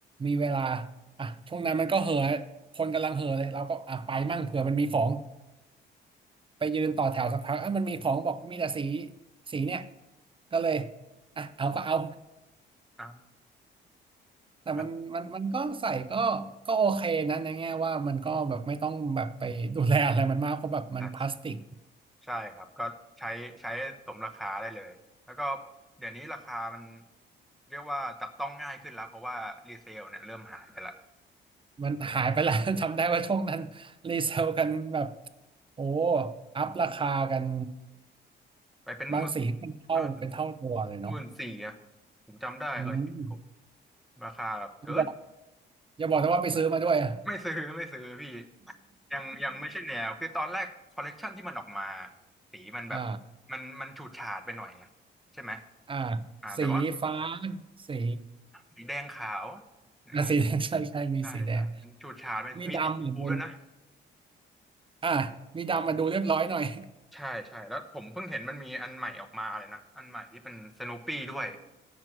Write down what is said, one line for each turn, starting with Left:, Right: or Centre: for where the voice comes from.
Right: มีเวลาอ่ะช่วงนั้นมันก็เห่อะคนกำลังเห่อะเลยเราก็อ่ะไปมั่งเผื่อมันมีของ ไปยืนต่อแถวสักพักอ่ะมันมีของบอกมีแต่สีสีเนี่ย ก็เลยอ่ะเอาก็เอา
Centre: อ่า
Right: แต่มันมันมันก็ใส่ก็ก็โอเคนะในแง่ว่ามันก็แบบไม่ต้องแบบไปดูแลอะไรมันมากเพราะแบบมันพลาสติก
Centre: <laughs> อ่ะใช่ใช่ครับก็ใช้ใช้สมราคาได้เลยแล้วก็เดี๋ยวนี้ราคามันเรียกว่าจับต้องง่ายขึ้นแล้วเพราะว่ารีเซลเนี่ยเริ่มหายไปละ
Right: มันหายไปแล้ว <laughs> จำได้ว่าช่วงนั้นรีเซลกันแบบโอ้อัพราคากัน
Centre: ไปเป็นหมื่น
Right: บางสีเป็นเท่าเป็นเท่าตัวเลยเนาะ
Centre: เออหมื่นสี่อะผมจำได้เคยเห็นอยู่
Right: อืม
Centre: ราคาแบบเกิน
Right: อย่าบอก อย่าบอกนะว่าไปซื้อมาด้วยอะ
Centre: ไม่ซื้อไม่ซื้อพี่ยังยังไม่ใช่แนวคือตอนแรกคอลเลกชันที่มันออกมาสีมันแบบ
Right: <laughs> อ่า
Centre: มันมันฉูดฉาดไปหน่อยไงใช่ไหม
Right: อ่า
Centre: อ่าแต่ว่า
Right: สีฟ้า สี
Centre: สีแดงขาวอย่างนี้
Right: อ่ะสีแดง <laughs> ใช่ใช่มีสีแดง
Centre: ใช่ใช่มันฉูดฉาดมันมีสีชมพูด้วยนะ
Right: มีดำเหมือนบนอ่ะมีดำมาดูเรียบร้อยหน่อย
Centre: ใช่ใช่แล้วผมเพิ่งเห็นมันมีอันใหม่ออกมาเลยนะอันใหม่ที่เป็นสโน o ปี้ด้วย